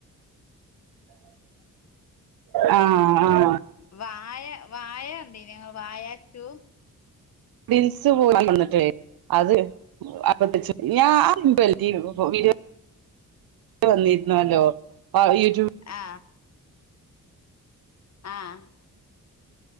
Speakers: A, on the right (about 85°); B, on the left (about 50°).
A: ആ ആ
B: വായ വായ കണ്ട് ഇങ്ങൾ വായാ റ്റു
A: <inaudible> <unintelligible> വന്നിരുന്നല്ലോ ആ യൂട്യൂബ്..
B: ആ ആഹ്